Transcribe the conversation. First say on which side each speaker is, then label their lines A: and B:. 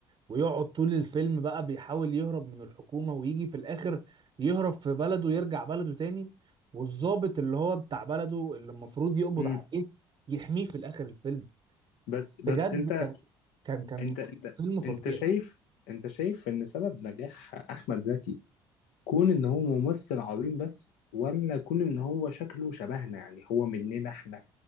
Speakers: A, on the right; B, on the left.
A: ويقعد طول الفيلم بقى بيحاول يهرب من الحكومة ويجي في الآخر يهرب في بلده ويرجع بلده تاني والضابط اللي هو بتاع بلده اللي المفروض يقبض
B: مم.
A: عليه يحميه في الآخر الفيلم
B: بس بس
A: بجد
B: انت
A: كان كان كان
B: انت انت
A: فيلم فظيع
B: انت شايف انت شايف ان سبب نجاح احمد زكي كون ان هو ممثل عظيم بس ولا كون ان هو شكله شبهنا يعني هو مننا احنا